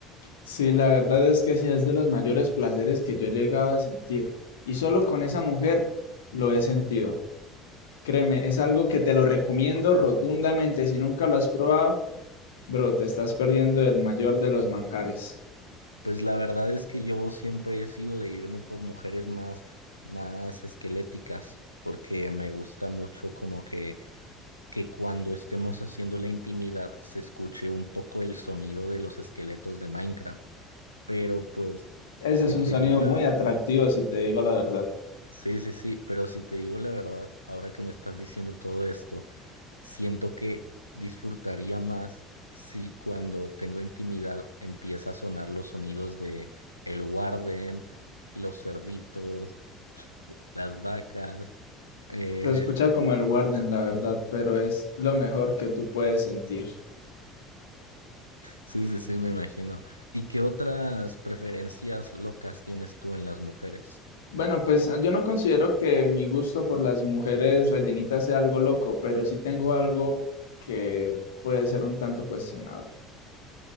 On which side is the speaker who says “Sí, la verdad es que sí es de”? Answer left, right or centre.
Left